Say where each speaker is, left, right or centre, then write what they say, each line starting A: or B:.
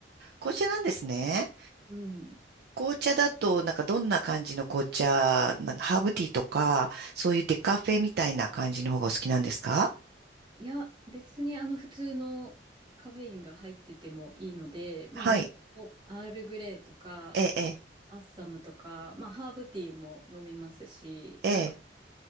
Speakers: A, on the right (about 60°); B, on the right (about 25°).
A: 紅茶なんですね。
B: うん。
A: 紅茶だと、なんかどんな感じの紅茶、なんハーブティーとか、そういうデカフェみたいな感じの方がお好きなんですか
B: いや、別にあの普通のカフェインが入っててもいいので、まあ割とアールグレイとか
A: はい。ええ、
B: アッサムとか、まあハーブティーも飲みますし、
A: ええ、ええ。
B: なんか